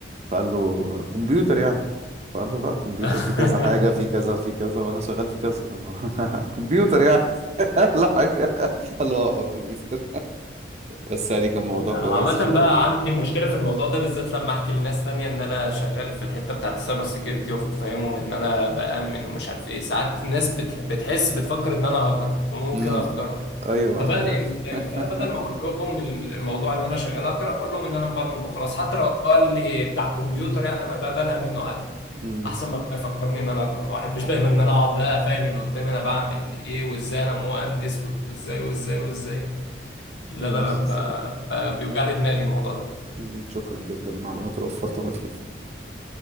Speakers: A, on the right; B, on the left.
A: فقال له كمبيوتر يعني فقال له لا كمبيوتر
B: <laughs>
A: في كذا حاجة في كذا في كذا وأنا شغال في كذا قال له <laughs> كمبيوتر يعني <laughs> لا حاجة قال له اه آه، كمبيوتر بس يعني كان موضوع
B: انا
A: كويس
B: عامة
A: شكرا
B: بقى
A: جدا
B: عندي مشكلة في الموضوع ده بالذات لما احكي لناس تانية ان انا شغال في الحتة بتاعت السايبر سيكيورتي وافهمهم ان انا بأمن ومش عارف ايه ساعات الناس بتح- بتحس بتفكر ان انا هاكر وممكن
A: امم
B: اهكرها
A: ايوه
B: فبقلق اللي قدامي فانا
A: <laughs>
B: بدل ما اقول لهم الموضوع ان انا شغال هاكر بقول لهم ان انا مبرمج وخلاص حتى لو قال لي بتاع كمبيوتر يعني انا بقبلها منه عادي
A: امم
B: احسن ما يفكرني ان انا هاكر ما احبش دايما ان انا اقعد بقى افهم اللي قدامي انا بعمل ايه وازاي انا مهندس وازاي وازاي وازاي لا
A: ماشي
B: لا لا ما
A: يا صديقي
B: ما بيوجع لي دماغي الموضوع ده
A: أمم، شكرا جدا للمعلومات اللي وفرتها لي